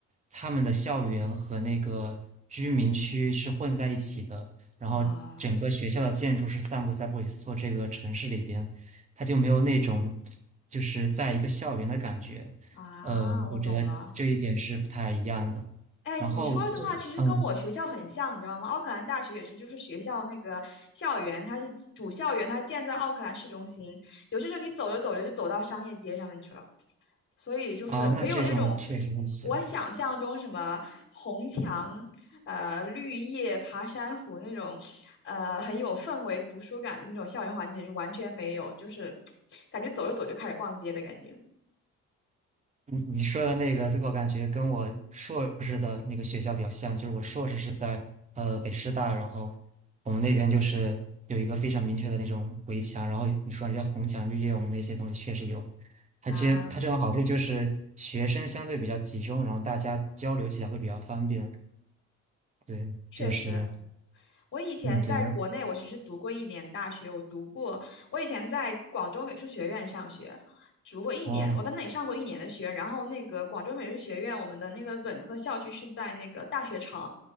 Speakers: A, on the right; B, on the left.
A: 他们的校园和那个居民区是混在一起的，然后整个学校的建筑是散布在布里斯托这个城市里边。
B: 啊
A: 它就没有那种就是在一个校园的感觉。
B: 啊，
A: 嗯，
B: 我懂了。
A: 我觉得这一点是不太一样的。
B: 哎，
A: 然后就是，
B: 你说的话其实跟我学校很像，
A: 嗯，
B: 你知道吗？奥克兰大学也是，就是学校那个校园，它是主校园，它建在奥克兰市中心。有些时候你走着走着就走到商业街上面去了。所以就是没有那种
A: 哦，那这种确实很像。
B: 我想象中什么红墙、呃绿叶、爬山虎那种，呃很有氛围、读书感的那种校园环境是完全没有，就是感觉走着走着就开始逛街的感觉
A: 你说的那个，我感觉跟我硕士的那个学校比较像，就是我硕士是在呃北师大，然后我们那边就是有一个非常明确的那种围墙，然后你说人家红墙绿叶，我们那些东西确实有。它这它这种好处就是学生相对比较集中，
B: 啊，
A: 然后大家交流起来会比较方便。对，
B: 确实
A: 就是，
B: 我以前在国内，
A: 嗯，对的，
B: 我其实读过一年大学，我读过，我以前在广州美术学院上学，读过一年，
A: 哦，
B: 我在那里上过一年的学。然后那个广州美术学院，我们的那个本科校区是在那个大学城，